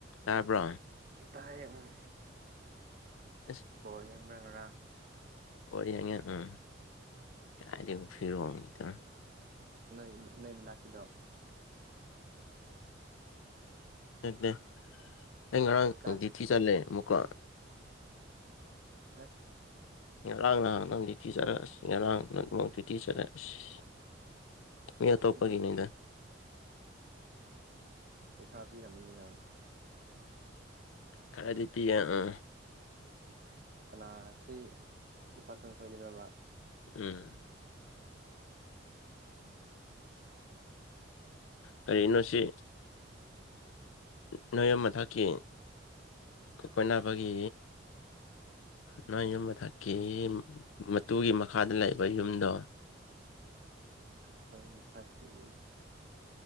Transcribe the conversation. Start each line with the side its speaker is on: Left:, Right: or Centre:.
Left: ꯇꯥꯕ꯭ꯔꯣ
Right: ꯑ ꯇꯥꯏꯌꯦ ꯎꯝ
Left: ꯑꯁ
Right: ꯕꯣꯜ ꯌꯦꯡꯕ꯭ꯔꯥꯒ꯭ꯔꯥ
Left: ꯔꯤ ꯌꯥꯉꯦ ꯑ ꯀꯥꯗ ꯐꯤꯔꯣ ꯑꯅꯤ ꯇ
Right: ꯅꯣꯏ ꯅꯣꯏ ꯃꯅꯥ ꯀꯗꯣ
Left: ꯗꯦ ꯑꯩ ꯉꯔꯥꯡꯗꯤ
Right: ꯀꯥꯏ
Left: ꯊꯤ ꯆꯜꯂꯦ ꯑꯃꯨꯛꯀ ꯑꯁ
Right: ꯑ
Left: ꯉꯔꯥꯡ ꯅꯍꯥꯛ ꯅꯪꯗꯤ ꯊꯤꯖꯔꯦ ꯑꯁ ꯉꯔꯥꯡ ꯅꯃꯛꯇꯤ ꯊꯤꯖꯔꯦ ꯑꯁ ꯃꯤ ꯑꯇꯣꯞꯄꯒꯤꯅꯤꯗ
Right: ꯎꯝ ꯄꯩꯁꯥ ꯄꯤꯔꯝꯅꯤꯅ
Left: ꯈꯔꯗꯤ ꯄꯤꯌꯦ ꯑꯥ
Right: ꯀꯅꯥ ꯁꯤ ꯏꯄꯥꯇꯣꯟ ꯈꯣꯏꯗꯔꯕ
Left: ꯎꯝ ꯀꯔꯤꯅꯣ ꯁꯤ ꯅꯣꯢ ꯃꯊꯛꯀꯤ ꯀꯣꯏꯅꯥꯕꯒꯤ ꯅꯣꯏ ꯌꯨꯝ ꯃꯊꯛꯀꯤ ꯃꯇꯨꯒꯤ ꯃꯈꯥꯗ ꯂꯩꯕ ꯌꯨꯝꯗꯣ
Right: ꯑꯩꯈꯣꯏ ꯃꯊꯥꯛꯀꯤ